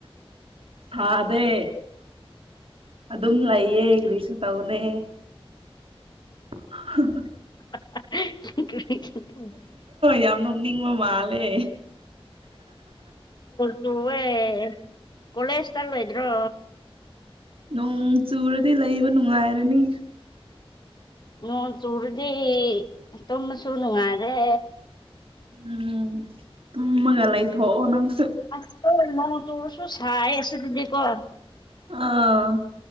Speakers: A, on the right (about 65°); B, on the left (about 45°).
A: ꯁꯥꯗꯦ ꯑꯗꯨꯝ ꯂꯩꯌꯦ ꯀꯔꯤꯁꯨ ꯇꯧꯅꯦ ꯍꯍ
B: <unintelligible> ꯑꯣꯜ
A: ꯌꯥꯝ ꯅꯣꯛꯅꯤꯡꯕ ꯃꯥꯜꯂꯦ
B: ꯇ ꯍꯌꯦ ꯀꯣꯂꯦꯖꯇ ꯂꯣꯏꯗ꯭ꯔꯣ
A: ꯎ ꯆꯨꯔꯗꯤ ꯂꯩꯕ ꯅꯨꯡꯉꯥꯏꯔꯅꯤ
B: ꯅꯣꯡ ꯆꯨꯔꯗꯤ ꯇꯨꯝꯃꯁꯨ ꯅꯨꯡꯉꯥꯏꯔꯦ
A: ꯎꯝ ꯇꯨꯝꯃꯒ ꯂꯩꯥꯏ ꯊꯣꯑꯣ ꯅꯪ
B: ꯑ ꯇꯨꯁꯨ ꯁꯥꯏ ꯑꯁ ꯑꯗꯨꯤꯗꯤ ꯀ
A: ꯑꯣꯥ